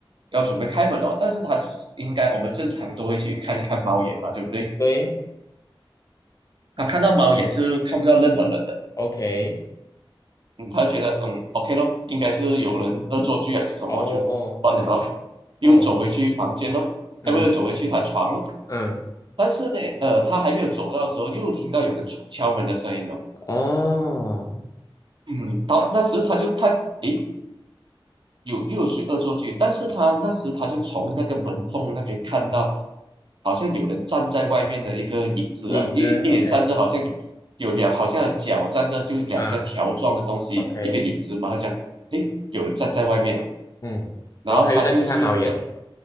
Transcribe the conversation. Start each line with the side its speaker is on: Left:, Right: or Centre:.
Right: 要准备开门哦，但是他应该我们正常都会去看一看猫眼嘛，对不对？
Left: 对
Right: 他看到猫眼是看不到任何人的。
Left: ，OK，
Right: 嗯，他就觉得嗯，OK 咯，应该是有人恶作剧还是什么，
Left: 哦哦
Right: 就关了咯，又走回去房间咯，
Left: 哦，嗯
Right: 哎，不是走回去他床咯。
Left: 嗯，
Right: 但是呢，呃，他还没有走到的时候，又听到有人敲敲门的声音了。
Left: 哦，
Right: 嗯，好，那时他就看，诶，有又有谁恶作剧？但是他那时他就从那个门缝那边看到，好像有人站在外面的一个影子啊，
Left: 影子，OK，
Right: 一一也站着，好像有有两，好像脚站着就两个条状的东西，
Left: 啊，OK。
Right: 一个影子嘛。他讲，诶，有人站在外面。了。
Left: 嗯，
Right: 然后他就是要
Left: 然后还有再去看猫眼